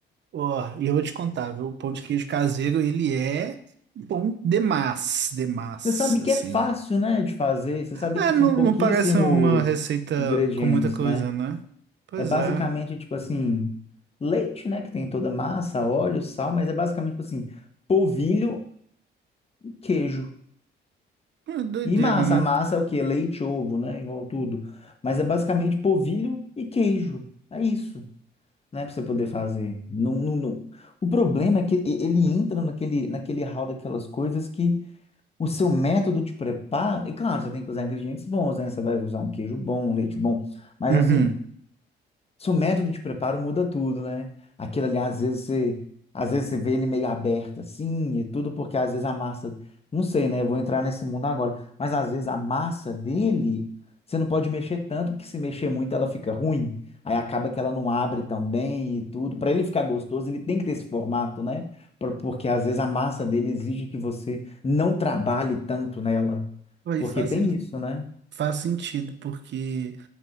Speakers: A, on the right (about 65°); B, on the left (about 30°).
A: ó, e eu vou te contar, viu? O pão de queijo caseiro, ele é bom demais, demais,
B: Você sabe que
A: assim.
B: é fácil, né, de fazer. Você sabe
A: É,
B: que
A: não,
B: são pouquíssimos
A: não parece uma receita
B: ingredientes,
A: com muita coisa,
B: né?
A: né? Pois
B: É basicamente
A: é.
B: tipo assim, leite, né, que tem toda a massa, óleo, sal, mas é basicamente tipo assim, polvilho, queijo
A: É doideira,
B: e massa.
A: né?
B: A massa é o quê? Leite, ovo, né, igual tudo. Mas é basicamente polvilho e queijo. É isso, né, para você poder fazer. Não, não, não. O problema é que e- ele entra naquele naquele hall daquelas coisas que o seu método de preparo, e claro, você tem que usar ingredientes bons, né? Você vai usar um queijo bom, um leite bom, mas
A: Uhum.
B: assim, seu método de preparo muda tudo, né? Aquilo ali, às vezes você, às vezes você vê ele meio aberto assim e tudo, porque às vezes a massa, não sei, né? Eu vou entrar nesse mundo agora, mas às vezes a massa dele, você não pode mexer tanto, porque se mexer muito ela fica ruim. Aí acaba que ela não abre tão bem e tudo. Para ele ficar gostoso, ele tem que ter esse formato, né? Por- Porque às vezes a massa dele exige que você não trabalhe tanto nela.
A: Aí
B: Porque
A: faz,
B: tem
A: sen-
B: isso, né?
A: faz sentido, porque